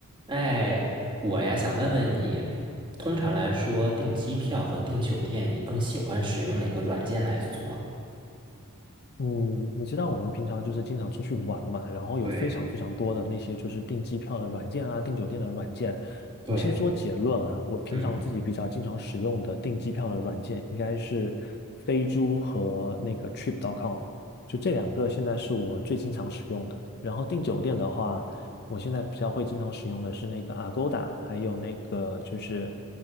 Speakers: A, on the right; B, on the left.
A: 哎，我呀想问问你，通常来说，订机票和订酒店，你更喜欢使用哪个软件来做？
B: 嗯，你知道我们平常就是经常出去玩嘛，然后有非常非常多的那些就是订机票的软件啊，
A: 对
B: 订酒店的软件。
A: 对，
B: 我先说结论啊，我平常自己比较经常使用的订机票的软件应该是飞猪和那个
A: 嗯
B: Trip.com，就这两个现在是我最经常使用的。然后订酒店的话，我现在比较会经常使用的是那个 Agoda，还有那个就是